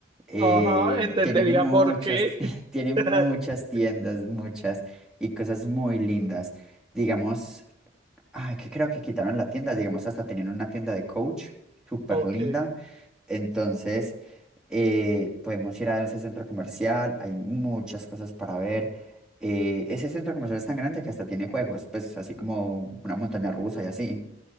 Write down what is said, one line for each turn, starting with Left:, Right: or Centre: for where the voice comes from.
Centre: Eh,
Right: Ajá, entendería
Centre: tiene muchas,
Right: por qué.
Centre: <laughs> tiene muchas
Right: <laughs>
Centre: tiendas, muchas, y cosas muy lindas. Digamos, ay, que creo que quitaron la tienda, digamos, hasta tenían una tienda de Coach, súper
Right: Ok,
Centre: linda. Entonces, eh, podemos ir a ese centro comercial, hay muchas cosas para ver. Eh, ese centro comercial es tan grande que hasta tiene juegos, pues así como una montaña rusa y así.